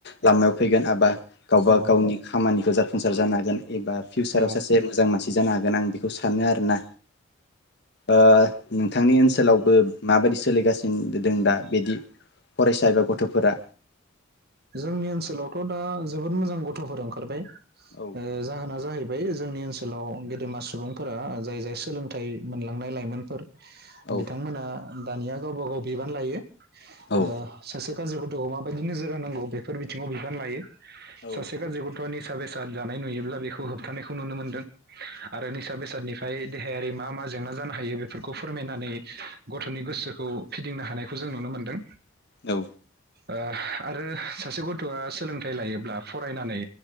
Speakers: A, on the left; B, on the right.
A: लामायाव फैगोन एबा गावबा
B: औ
A: गावनि खामानिखौ जाफुंसार जानो हागोन एबा फिउसाराव
B: औ
A: सासे मोजां मानसि जानो हागोन आं बेखौ सानो आरोना ओ नोंथांनि ओनसोलावबो माबायदि सोलिगासिनो दं दा बिदि फरायसा एबा गथ'फोरा
B: जोंनि ओनसोलावथ' दा जोबोद मोजां गथ'फोर ओंखारबाय
A: औ
B: ओ जाहोना जाहैबाय जोंनि ओनसोलाव गेदेमा सुबुंफोरा जाय जाय सोलोंथाइ मोनलांनाय लाइमोनफोर
A: औ
B: बिथांमोना दानिया गावबा गाव बिबान लायो
A: औ
B: ओ सासे गाज्रि गथ माबायदि नोजोर होना गौ बेफोर बिथिङाव बिबान लायो
A: औ
B: सासे गाज्रि ग गथ'आ निसा बेसाद जानाय नुयोब्ला बेखौ होबथानायखौ नुनो मोनदों आरो निसा बेसादनिफ्राय देहायारि मा मा जेंना जानो हायो बेफोरखौ फोरमायनानै गथ'नि गोसोखौ फिदिंनो हानायखौ जों नुनो मोनदों
A: औ
B: ओह आरो सासे गथ'आ सोलोंथाइ लायोब्ला फरायनानै